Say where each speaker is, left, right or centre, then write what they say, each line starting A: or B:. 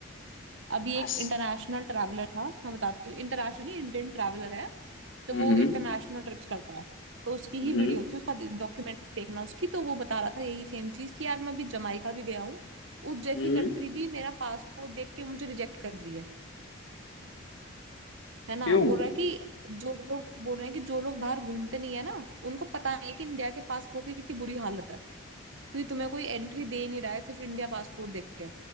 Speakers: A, on the right (about 65°); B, on the left (about 65°).
A: अभी
B: बस
A: एक इंटरनेशनल ट्रैवलर था मैं बताती हूँ इंटरनेशनली इंडियन ट्रैवलर है तो
B: हम्म
A: वो इंटरनेशनल ट्रिप्स करता है तो उसकी
B: हम्म
A: ही वीडियो थी उसका डॉक्यूमेंट देखना उसकी तो वो बता रहा था यही सेम चीज कि यार मैं अभी जमाइका भी गया हूँ उस जैसी
B: हम्म
A: कंट्री भी मेरा पासपोर्ट देख के मुझे रिजेक्ट कर रही है है ना
B: क्यों
A: बोल रहा है कि जो लोग बोल रहे हैं कि जो लोग बाहर घूमते नहीं है ना उनको पता नहीं है कि इंडिया के पासपोर्ट की कितनी बुरी हालत है क्योंकि तुम्हें कोई एंट्री दे नहीं रहा है सिर्फ इंडिया पासपोर्ट देख के